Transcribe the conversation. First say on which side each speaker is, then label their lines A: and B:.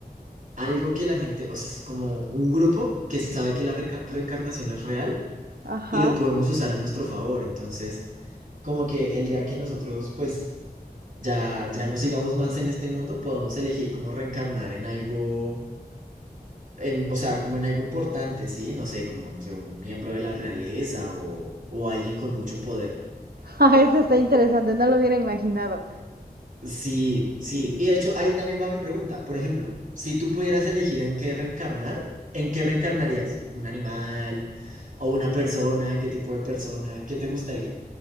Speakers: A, on the right (about 55°); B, on the right (about 70°).
A: algo que la gente, o sea, es como un grupo que sabe que la reca- reencarnación es real
B: Ajá.
A: y lo podemos
B: <laughs>
A: usar a nuestro favor. Entonces, como que el día que nosotros, pues, ya, ya no sigamos más en este mundo, podamos elegir cómo reencarnar en algo en, o sea, como en algo importante, ¿sí? No sé, como, no sé, un miembro de la realeza o, o alguien con mucho poder.
B: Ah, eso está interesante, no lo hubiera imaginado.
A: Sí, sí. Y de hecho, ahí también va mi pregunta. Por ejemplo, si tú pudieras elegir en qué reencarnar, ¿en qué reencarnarías? ¿Un animal o una persona? ¿Qué tipo de persona? ¿Qué te gustaría?